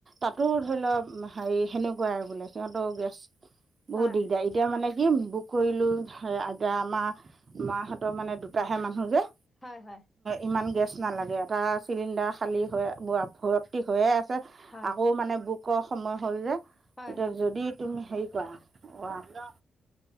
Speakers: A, on the right; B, on the left.
A: তাতো ধৰি ল হেৰি সেনেকুৱাই বোলে সিহঁতও গেছ
B: হয়
A: বহুত দিগদাৰী। এতিয়া মানে কি বুক কৰিলো সে আইতা আমাৰ মাহঁতৰ মানে দুটাহে মানুহ যে
B: হয় হয়
A: ইমান গেছ নালাগে এটা চিলিণ্ডাৰ খালী হৈ ভ ভৰ্তি হৈয়ে আছে
B: হয়
A: আকৌ মানে বুকৰ সময় হ'ল যে
B: হয়
A: এতিয়া
B: হয়
A: যদি তুমি হেৰি কৰা